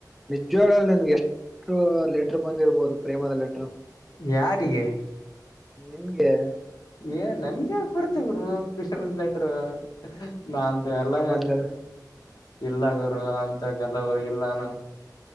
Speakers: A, in the centre; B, on the left.
A: ನಿಜ ಜ್ವಲ್ ನಿನಗ ಎಷ್ಟ ಲೆಟರ್ ಬಂದಿರಬಹುದು ಪ್ರೇಮದ ಲೆಟರ್
B: ಯಾರಿಗೆ
A: ನಿನ್ಗೆ
B: ಏ ನನ್ಗ ಯಾಕ ಬರ್ತ ಗುರು ಪಿಶ ಲೆಟರು ನಾಂತ
A: ಎಲ್ಲಾ
B: ಎಲ್ಲ
A: ಬಂದದ
B: ಇಲ್ಲ ಗುರು ಅಂತ ಎಲ್ಲ ಹೋಗಿಲ್ಲ ನಾ